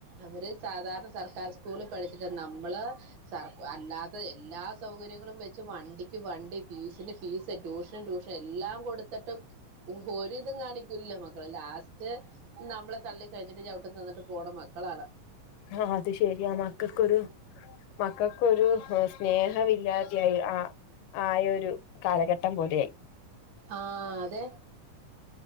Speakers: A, on the right; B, on the left.
A: അവര് സാധാരണ സർക്കാർ സ്കൂളിൽ പഠിച്ചിട്ടാ നമ്മള് സർ അല്ലാത്ത എല്ലാ സൗകര്യങ്ങളും വെച്ച് വണ്ടിക്ക് വണ്ടി ഫീസിന് ഫീസ് ട്യൂഷ് ഷന് ട്യൂഷൻ എല്ലാം കൊടുത്തിട്ടും ഒരിതും കാണിക്കൂല്ലല്ലോ മക്കള് ലാസ് സ്റ്റ് നമ്മളെ തള്ളിക്കളഞ്ഞിട്ട് ചവിട്ടും തന്നിട്ട് പോണെ മക്കളാണ്.
B: ആഹ് അത് ശരിയാ
A: <unintelligible>
B: മക്കക്കൊരു
A: <inaudible>
B: മക്കക്കൊരു സ്നേഹമില്ലാതെയായി ആഹ് ആയൊരു കാലഘട്ടം പോലെയായി
A: ആഹ് ആഹ് അതെ